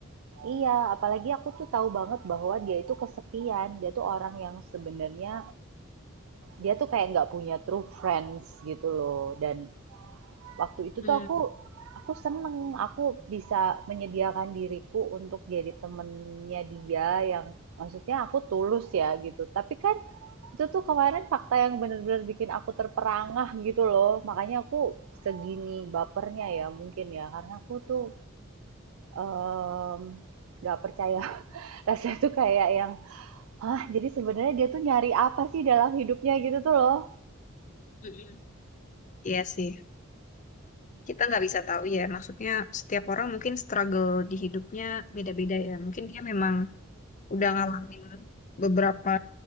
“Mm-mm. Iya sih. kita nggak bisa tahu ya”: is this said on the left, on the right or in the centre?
Left